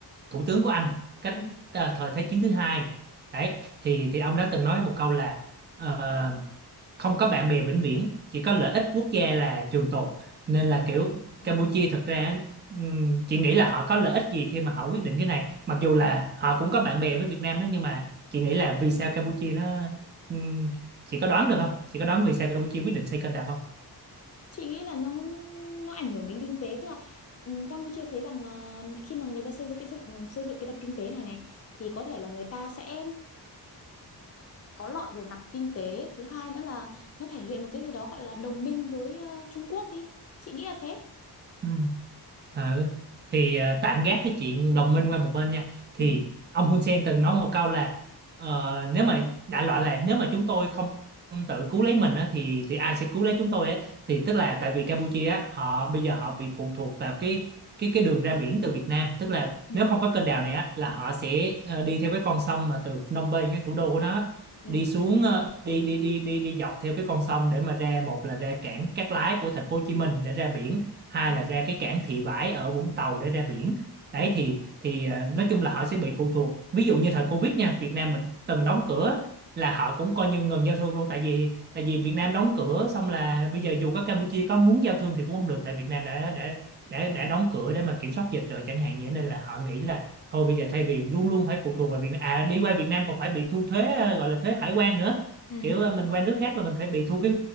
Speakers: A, on the right; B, on the left.
A: thủ tướng của Anh cách
B: Ừ.
A: ờ, thời Thế chiến thứ hai đấy thì thì ông đã từng nói một câu là ờ, không có bạn bè vĩnh viễn chỉ có lợi ích quốc gia là trường tồn nên là kiểu
B: ừ.
A: Campuchia thật ra ừm, chị nghĩ là họ có lợi ích gì khi mà họ quyết định cái này mặc dù là họ cũng có bạn bè với Việt Nam đó nhưng mà chị nghĩ là vì sao Campuchia nó ừm, chị có đoán được không chị có đoán vì sao Campuchia quyết định xây kênh rạch không
B: chị nghĩ là nó nó ảnh hưởng đến kinh tế tức là ừm, Campuchia thấy rằng là khi mà người ta xây dựng cái dựng xây dựng cái đập kinh tế này này thì có thể là người ta sẽ có lợi về mặt kinh tế thứ hai nữa là nó thể hiện một cái gì đó gọi là đồng minh với ờ, Trung Quốc đi chị nghĩ là thế
A: Ừ. Ừ. Thì ờ, tạm gác cái chuyện đồng minh qua một bên nha. Thì
B: ừ
A: ông Hun Sen từng nói một câu là ờ, nếu mà đại loại là nếu mà chúng tôi không không tự cứu lấy mình á thì thì ai sẽ cứu lấy chúng tôi á thì tức là tại vì Campuchia á họ bây giờ họ bị phụ thuộc vào cái cái cái đường ra biển từ Việt Nam tức là
B: ừ
A: nếu không có kênh đào này á là họ sẽ ờ, đi theo cái con sông mà từ Phnom Penh á, thủ đô của nó á,
B: ừ
A: đi xuống ờ, đi đi đi đi đi dọc theo cái con sông để mà ra một là ra cảng Cát Lái của thành phố Hồ Chí Minh để ra biển hai
B: ừ
A: là ra cái cảng Thị Vải ở Vũng Tàu để ra biển đấy
B: ừ
A: thì thì ờ, nói chung là họ sẽ bị phụ thuộc ví dụ như thời Covid nha Việt Nam mình từng đóng cửa là họ cũng coi như ngừng giao thương luôn tại vì tại vì Việt Nam đóng cửa xong là bây giờ dù có Campuchia có muốn giao thương thì cũng không được tại Việt Nam đã đã đã đã đóng cửa để mà kiểm soát dịch rồi chẳng hạn vậy nên là họ nghĩ là thôi bây giờ thay vì luôn luôn phải phụ thuộc vào Việt Nam à đi qua Việt Nam còn phải bị thu thuế ờ, gọi là thuế hải quan nữa
B: ừ
A: kiểu
B: Đúng
A: ờ, mình
B: rồi,
A: qua nước khác là mình phải bị thu cái